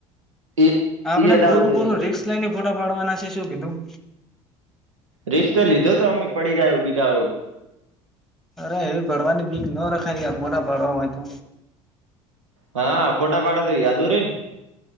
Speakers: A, on the right; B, in the centre.
A: ને ઈ
B: આપણે
A: યાદ આવું
B: પૂરું
A: થઈ
B: પૂરું
A: ગયું
B: રિકશ <unintelligible> ફોટો પાડવાના સે શું કીધું
A: રીકસ તો લીધો તો અમમે પડી રહ બીજા હોયું.
B: અરે એવી પડવાની બીક ન રખાય તં ફોટા પાડવા હોય તો.
A: હા ફોટા પાડેતો યાદો રેય